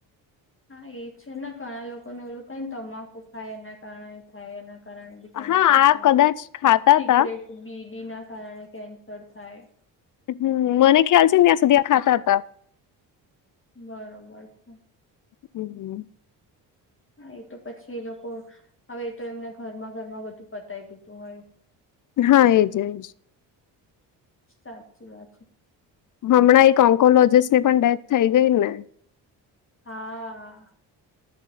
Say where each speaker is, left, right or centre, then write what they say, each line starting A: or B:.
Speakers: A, on the left (about 25°); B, on the left (about 40°).
A: હા એ છે ને ઘણા લોકો ન ઓલું થાયને તમાકું ખાય એના કારણે થાય એના કારણે કેન્સર
B: હા આ
A: થાય
B: કદાચ ખાતા
A: સિગરેટ
B: તા
A: બીડી ના કારણે કેન્સર થાય
B: હમ્મ મને ખ્યાલ છે ને ત્યાં સુધી આ ખાતા હતા
A: બરોબર
B: હમ્મ
A: હા એ તો પછી એ લોકો હવે એ તો એમને ઘરમાં ઘરમાં બધું પતાય દીધું હોય
B: હા એજ એજ
A: સાચી વા છે
B: હમણાં એક ઓન્કોલોજીસ્ટ ની પણ ડેથ થઈ ગઈ ને.
A: હા.